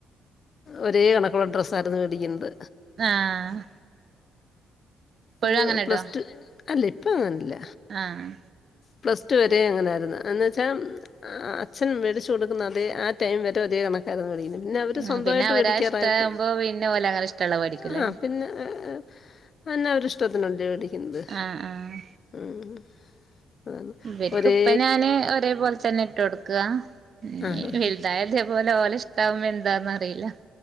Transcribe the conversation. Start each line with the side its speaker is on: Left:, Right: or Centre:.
Left: ഒരേ കണക്ക. ഡ്രസ് ആര്ത് ആര്ത് വേണ്ടി ക്കുന്നത്.
Right: ആഹ് ഇപ്പഴും
Left: ഇത്
Right: അങ്ങനെ
Left: പ്ലസ്
Right: ഇടോ
Left: ടു അല്ല ഇപ്പ അങ്ങല്ല.
Right: ആഹ്
Left: പ്ലസ് ടു വരെയും അങ്ങനെയായിരുന്ന് എന്ന് വെച്ചാ അച്ഛൻ മേടിച്ച് കൊടു ക്കുന്ന അതേ ആ ടൈം വരെ ഒരേ കണ <unintelligible> പിന്നെ അവര്
Right: ഉം
Left: സ്വന്തായിട്ട്
Right: പിന്നെ അവരാ
Left: മേടിക്കാറായപ്പോ
Right: ഇഷ്ടാവുമ്പോ പിന്നെ ഓല് അങ്ങനെ ഇഷ്ടള്ള വേടിക്കൂലേ
Left: ആഹ് പിന്നെ ഏഹ് പിന്നെ അവരടെ ഇഷ്ടത്തിന് അല്ലേ മേടിക്കുന്നത്
Right: ആഹ് ആഹ്
Left: ഉം അതാണ്
Right: ഇവർക്ക്
Left: ഒരേ
Right: ഇപ്പോ ഞാന് ഒരേ പോൽത്തെന്നെ ഇട്ടൊടുക്ക ഇനി
Left: ആ ആ
Right: വലുതായ ഇതേപോലെ ഓലെ ഇഷ്ടാവുമ്പോ എന്താന്ന് അറിയില്ല